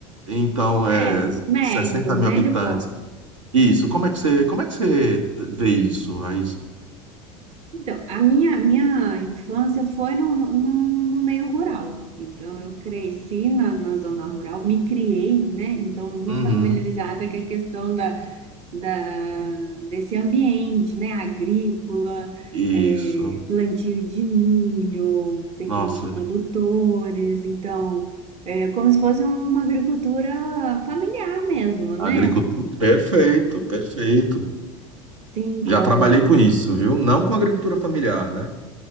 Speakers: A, on the right (about 75°); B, on the right (about 40°).
A: Então é
B: É, médio,
A: 60 mil
B: médio
A: habitantes.
B: porte.
A: Isso. Como é que você como é que você vê isso, Raíssa?
B: Então, a minha, minha infância foi no, no, no meio rural. Então, eu cresci na, na zona rural, me criei, né? Então, muito
A: Uhum.
B: familiarizada com a questão da da, desse ambiente, né? Agrícola,
A: Isso.
B: eh, plantio de milho, pequenos
A: Nossa,
B: produtores, então é como se fosse uma agricultura familiar mesmo, né?
A: agricultura. Perfeito, perfeito.
B: Sim,
A: Já
B: com
A: trabalhei com isso, viu? Não com agricultura familiar, né?